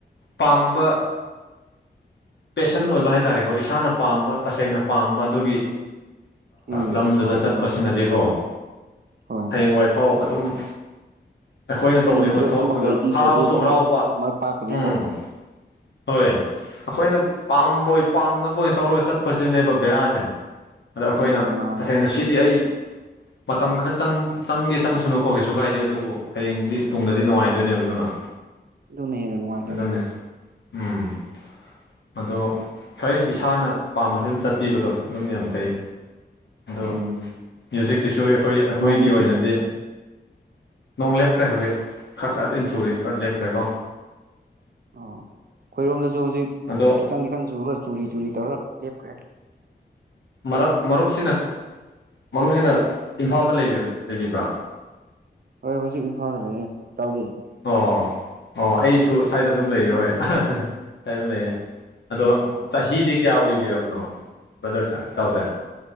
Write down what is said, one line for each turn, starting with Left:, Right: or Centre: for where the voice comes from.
Left: ꯄꯥꯝꯕ ꯄꯦꯁꯟ ꯑꯣꯏꯕ ꯍꯥꯏꯇꯥꯔꯦꯀꯣ ꯏꯁꯥꯅ ꯄꯥꯝꯕ ꯇꯁꯦꯡꯅ ꯄꯥꯝꯕ ꯑꯗꯨꯒꯤ
Right: ꯎꯝ
Left: ꯂꯝꯗꯨꯗ
Right: ꯃꯥꯅꯦ
Left: ꯆꯠꯄꯁꯤꯅꯗꯤꯀꯣ
Right: ꯃꯥꯅꯦ ꯍꯣꯏ ꯍꯣꯏ
Left: ꯍꯌꯦꯡ ꯋꯥꯏꯐꯥꯎ ꯑꯗꯨꯝ ꯑꯩꯈꯣꯏꯅ ꯇꯧꯔꯤꯕ
Right: ꯏꯟꯇꯔꯦꯁ
Left: ꯊꯕꯛꯇꯨꯗ
Right: ꯑꯃ ꯂꯩꯕꯤꯈ꯭ꯔꯗꯤ
Left: ꯍꯔꯥꯎꯁꯨ
Right: ꯑꯗꯨꯝ
Left: ꯍꯔꯥꯎꯕ
Right: ꯃꯥꯏ ꯄꯥꯛꯀꯅꯦꯕ
Left: ꯎꯝ ꯍꯣꯏ ꯑꯩꯈꯣꯏꯅ ꯄꯥꯝꯕꯣꯏ ꯄꯥꯝꯗꯕꯣꯏ ꯇꯧꯔꯒ ꯆꯠꯄꯁꯤꯅꯦꯕ ꯕꯦꯔꯥꯁꯦ ꯑꯗꯣ ꯑꯩꯈꯣꯏꯅ
Right: ꯎꯝ ꯃꯥꯅꯦ
Left: ꯇꯁꯦꯡꯅ ꯁꯤꯗꯤ ꯑꯩ ꯃꯇꯝ ꯈꯔ ꯆꯪ ꯆꯪꯒꯦ ꯆꯪꯁꯅꯨꯀꯣ ꯀꯩꯁꯨ ꯀꯥꯏꯗꯦ ꯑꯗꯨꯕꯨ ꯍꯌꯦꯡꯗꯤ ꯇꯨꯡꯗꯗꯤ ꯅꯨꯡꯉꯥꯏꯗꯣꯏꯅꯦꯕ ꯑꯗꯨꯅ
Right: ꯑꯗꯨꯅꯦ ꯍꯦꯟꯅ ꯅꯨꯡꯉꯥꯏꯗꯣꯏꯅꯦ
Left: ꯑꯗꯨꯅꯦ
Right: ꯍꯣꯏ
Left: ꯎꯝ ꯑꯗꯣ ꯐꯩ ꯏꯁꯥꯅ ꯄꯥꯝꯕꯁꯤ ꯑꯗꯨꯝ ꯆꯠꯄꯤꯕꯗꯣ ꯑꯗꯨꯝ ꯌꯥꯝ ꯐꯩ ꯑꯗꯣ
Right: ꯎꯝ
Left: ꯃ꯭ꯌꯨꯖꯤꯛꯁꯤꯁꯨ ꯑꯩꯈꯣꯏ ꯑꯩꯈꯣꯏꯒꯤ
Right: ꯅꯣꯡ
Left: ꯑꯣꯏꯅꯗꯤ ꯅꯣꯡ ꯂꯦꯞꯈ꯭ꯔꯦ ꯍꯧꯖꯤꯛ ꯈꯔ ꯈꯔꯗꯤ ꯑꯗꯨꯝ ꯆꯨꯔꯤ ꯈꯔ
Right: ꯑꯣ
Left: ꯂꯦꯞꯈ꯭ꯔꯦꯀꯣ
Right: ꯑꯣ ꯑꯩꯈꯣꯏꯔꯣꯝꯗꯁꯨ ꯍꯧꯖꯤꯛ
Left: ꯑꯗꯣ
Right: ꯈꯤꯇꯪ ꯈꯤꯇꯪ ꯆꯨꯔꯒ ꯆꯨꯔꯤ ꯆꯨꯔꯤ ꯇꯧꯔꯒꯥ ꯂꯦꯞꯈ꯭ꯔꯦ
Left: ꯃꯔꯛ ꯃꯔꯨꯞꯁꯤꯅ ꯃꯔꯨꯞꯁꯤꯅ ꯏꯝꯐꯥꯜꯗ ꯂꯩꯕꯤ ꯂꯩꯕꯤꯕ꯭ꯔꯥ
Right: ꯍꯣꯏ ꯍꯧꯖꯤꯛ ꯏꯝꯐꯥꯜꯗ ꯂꯩꯌꯦ ꯏꯇꯥꯎꯗꯤ
Left: ꯑꯣ ꯑꯣ ꯑꯩꯁꯨ ꯁ꯭ꯋꯥꯏꯗ ꯑꯗꯨꯝ ꯂꯩꯌꯦ ꯍꯣꯏ ꯁꯏꯗ ꯑꯗꯨꯝ
Right: ꯎꯝ
Left: ꯂꯩꯌꯦ ꯑꯗꯣ
Right: ꯑꯣ
Left: ꯆꯍꯤꯗꯤ ꯀꯌꯥ ꯑꯣꯏꯕꯤꯔꯕꯅꯣ ꯕ꯭ꯔꯗꯔꯁꯦ ꯏꯇꯥꯎꯁꯦ